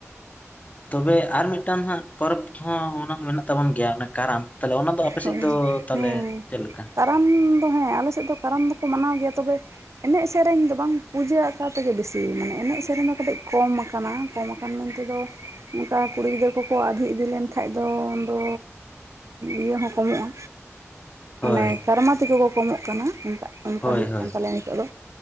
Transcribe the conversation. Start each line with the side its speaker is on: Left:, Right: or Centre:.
Left: ᱛᱚᱵᱮ ᱟᱨ ᱢᱤᱫᱴᱟᱝ ᱦᱟᱸᱜ ᱯᱚᱨᱚᱵᱽ ᱦᱚᱸ ᱚᱱᱟ ᱦᱚᱸ ᱢᱮᱱᱟᱜ ᱛᱟᱵᱚᱱ ᱜᱮᱭᱟ ᱚᱱᱮ ᱠᱟᱨᱟᱢ ᱛᱟᱦᱚᱞᱮ ᱚᱱᱟ ᱫᱚ ᱟᱯᱮ
Right: ᱦᱳᱭ
Left: ᱥᱮᱫ ᱫᱚ ᱛᱟᱦᱚᱞᱮ
Right: ᱦᱮᱸ
Left: ᱪᱮᱫ ᱞᱮᱠᱟ
Right: ᱠᱟᱨᱟᱢ ᱫᱚ ᱦᱮᱸ ᱟᱞᱮᱥᱮᱫ ᱫᱚ ᱠᱟᱨᱟᱢ ᱫᱚᱠᱚ ᱢᱟᱱᱟᱣ ᱜᱮᱭᱟ ᱛᱚᱵᱮ ᱮᱱᱮᱡ ᱥᱮᱨᱮᱧ ᱫᱚ ᱵᱟᱝ ᱯᱩᱡᱟᱹ ᱟᱸᱠᱟᱣ ᱛᱮᱜᱮ ᱵᱤᱥᱤ ᱢᱟᱱᱮ ᱮᱱᱮᱡ ᱥᱮᱨᱮᱧ ᱫᱚ ᱠᱟᱹᱴᱤᱡ ᱠᱚᱢ ᱟᱠᱟᱱᱟ ᱠᱚᱢ ᱟᱠᱟᱱ ᱢᱮᱱᱛᱮᱫᱚ ᱚᱱᱠᱟ ᱠᱩᱲᱤ ᱜᱤᱫᱽᱨᱟᱹ ᱠᱚᱠᱚ ᱟᱹᱫᱷᱤ ᱤᱫᱤ ᱞᱮᱱᱠᱷᱟᱡ ᱫᱚ ᱩᱱᱫᱚ ᱤᱭᱟᱹ ᱦᱚᱸ ᱠᱚᱢᱚᱜᱼᱟ ᱢᱟᱱᱮ
Left: ᱦᱳᱭ,
Right: ᱠᱟᱨᱢᱟ ᱛᱮᱠᱚ ᱠᱚ ᱠᱚᱢᱚᱜ ᱠᱟᱱᱟ ᱚᱱᱠᱟ ᱚᱱᱠᱟ
Left: ᱦᱳᱭ,
Right: ᱦᱩᱭᱩᱜ
Left: ᱦᱳᱭ,
Right: ᱠᱟᱱ ᱛᱟᱞᱮᱭᱟ
Left: ᱦᱳᱭ,
Right: ᱱᱤᱛᱚᱜ ᱫᱚ